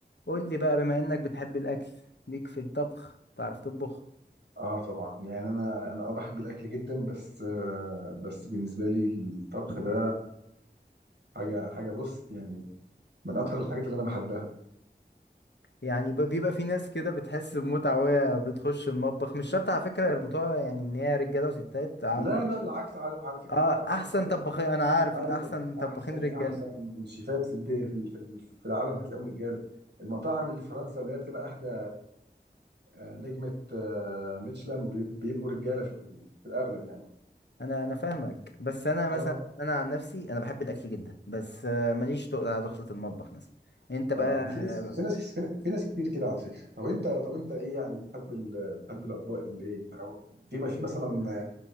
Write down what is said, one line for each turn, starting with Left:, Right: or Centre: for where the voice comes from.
Left: قول لي بقى بما انك بتحب الاكل ليك في الطبخ تعرف تطبخ
Right: اه طبعا يعني انا انا اه بحب الاكل جدا بس آه بس بالنسبه لي الطبخ ده حاجه حاجه بص يعني من اكتر الحاجات اللي انا بحبها
Left: يعني ب- بيبقى في ناس كده بتحس بمتعة وهي بتخش المطبخ مش شرط على فكرة يربطوها يعني ان هي رجالة وستات عم
Right: لا لا بالعكس على, على فكره
Left: اه
Right: بقى انا اقول
Left: احسن
Right: لك حاجه
Left: طباخين انا عارف
Right: ايوه
Left: ان احسن طباخين
Right: احسن
Left: رجالة
Right: احسن شيفات في الدي في ال- في ال- في العالم هتلاقيهم رجاله المطاعم اللي في فرنسا اللي هي بتبقى اخده آه، نجمه آه، ميشلان بي- بيبقوا رجاله في ال- في الاغلب يعني
Left: انا انا فاهمك بس انا
Right: اه
Left: مثلا انا عن نفسي انا بحب الاكل جدا بس آه، ماليش تقل على دخلة المطبخ مثلا انت
Right: اه
Left: بقى آه،
Right: في ناس في ناس في في ناس كتير كده على فكره طب انت طب انت ايه يعني بتحب ال... بتحب الاطباق اللي ايه بتاع- أو في ما في مثلا